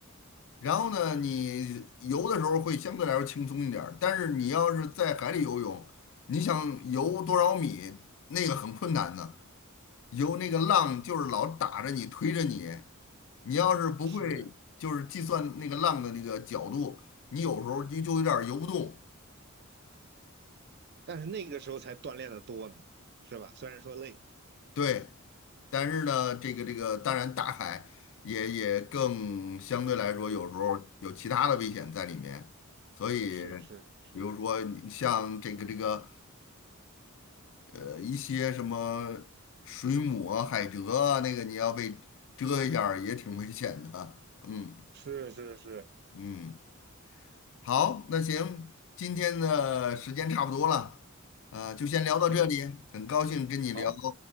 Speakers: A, on the left; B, on the right.
A: 然后呢，你游的时候会相对来说轻松一点儿，但是你要是在海里游泳，你想游多少米，那个很困难的，游那个浪就是老打着你推着你，你要是不会
B: 是啊，
A: 就是计算那个浪的那个角度，你有时候就就有点儿游不动。
B: 但是那个时候才锻炼的多呢，是吧？虽然说累，
A: 对，但是呢，这个这个，当然大海也也更相对来说，有时候有其他的危险在里面，所以
B: 是是是
A: 比如说你像这个这个呃一些什么水母啊、海蜇啊，那个你要被蛰一下儿也挺危险的。嗯
B: 是是是，
A: 嗯，好，那行，今天的时间差不多了，呃，就先聊到这里，
B: 行，
A: 很高兴跟你聊
B: 好，